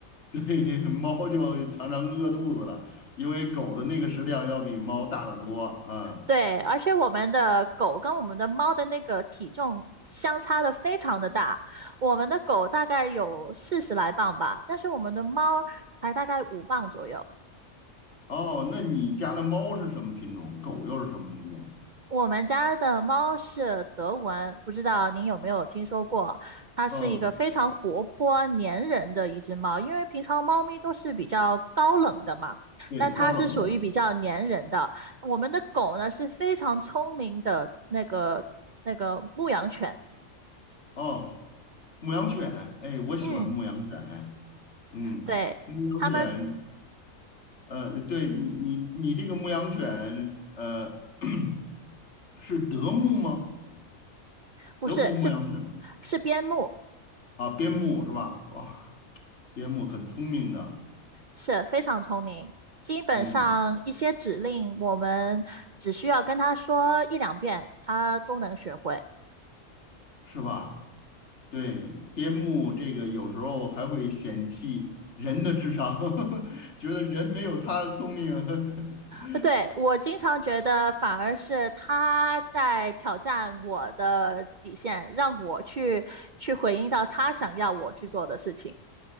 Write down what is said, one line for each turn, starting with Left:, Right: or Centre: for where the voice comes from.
Left: <laughs> 对，猫就常常饿肚子了，因为狗的那个食量要比猫大得多啊。
Right: 对，而且我们的狗跟我们的猫的那个体重相差的非常的大，我们的狗大概有四十来磅吧，但是我们的猫才大概五磅左右。
Left: 哦，那你家的猫是什么品种？狗又是什么品种？
Right: 我们家的猫是德文，不知道您有没有听说过？它是一个非常活泼、
Left: 嗯，
Right: 粘人的一只猫，因为平常猫咪都是比较高冷的嘛，
Left: 对，
Right: 但它是属于比较粘人的。
Left: 高冷的。
Right: 我们的狗呢是非常聪明的那个那个牧羊犬。
Left: 哦，牧羊犬，哎，我喜欢牧羊犬。
Right: 嗯，
Left: 嗯，
Right: 对，
Left: 牧羊犬，
Right: 他们
Left: 呃，对你，你，你这个牧羊犬，呃，<clears throat> 是德牧吗？
Right: 不是是
Left: 德国牧羊犬吗？
Right: 是边牧，
Left: 啊，边牧是吧？哇，边牧很聪明的，
Right: 是非常聪明。基本上一些指令，
Left: 嗯，
Right: 我们只需要跟他说一两遍，他都能学会。
Left: 是吧？对，边牧这个有时候还会嫌弃人的智商，<laughs> 觉得人没有它的聪明。<laughs>
Right: 呃对，我经常觉得，反而是他在挑战我的底线，让我去去回应到他想要我去做的事情。